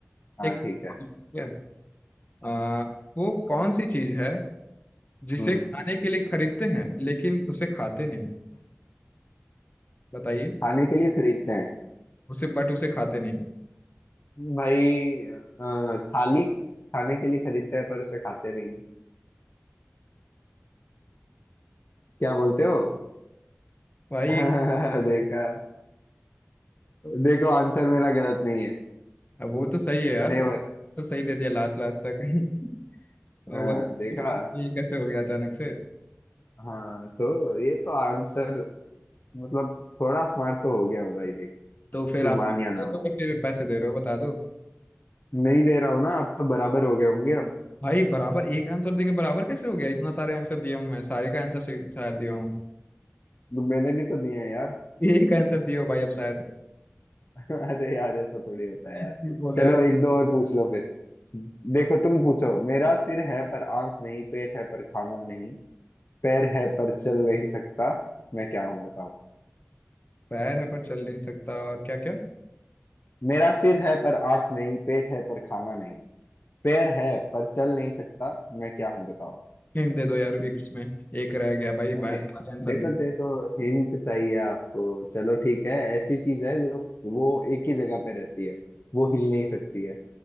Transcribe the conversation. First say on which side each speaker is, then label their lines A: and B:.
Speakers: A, on the left (about 55°); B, on the left (about 40°).
A: हाँ
B: एक
A: ठीक
B: ठीक
A: है
B: है आ, वो कौन सी चीज है जिसे
A: हम्म
B: खाने के लिए खरीदते हैं लेकिन उसे खाते नहीं बताइए
A: खाने के लिए खरीदते हैं
B: उसे बट उसे खाते नहीं
A: भाई अ, थाली खाने के लिए खरीदते हैं पर उसे खाते नहीं हैं। क्या बोलते हो
B: भाई
A: <laughs>
B: एक-
A: देखा देखो आंसर मेरा गलत नहीं है
B: अब वो तो सही है यार
A: नेवर
B: तो सही दे दिया लास्ट लास्ट तक <laughs> वो
A: हाँ
B: तो
A: देखा
B: ये कैसे हो गया अचानक से
A: हाँ तो ये तो आंसर मतलब थोड़ा स्मार्ट तो हो गया हूँ भाई देख
B: तो फिर
A: तू
B: आप
A: मान या ना
B: ये
A: मान
B: तो फिर पैसे दे रहे हो बता दो
A: नहीं दे रहा हूँ ना अब तो बराबर हो गए होंगे अब
B: भाई बराबर एक आंसर देके बराबर कैसे हो गया इतना सारे आंसर दिया हूँ मैं सारे का आंसर से शायद दिया हूँ
A: तो मैंने भी तो दिए हैं यार
B: यही का आंसर दियो भाई अब शायद
A: <laughs> अरे यार ऐसा थोड़ी होता है यार
B: झूठ बोल
A: चलो
B: रहे यार
A: एक दो और पूछ लो फिर देखो तुम पूछो मेरा सिर है पर आंख नहीं पेट है पर खाना नहीं पैर है पर चल नहीं सकता मैं क्या हूं बताओ
B: पैर है पर चल नहीं सकता और क्या क्या
A: मेरा सिर है पर आंख नहीं पेट है पर खाना पैर है पर चल नहीं सकता मैं क्या हूं बताओ
B: हिंट दे दो यार एक इसमें एक रह गया भाई
A: अबे
B: बाया सारे आंसर
A: देखो
B: दे
A: देखो हिंट चाहिए आपको चलो ठीक है ऐसी चीज है जो वो एक ही जगह पे रहती है वो हिल नहीं सकती है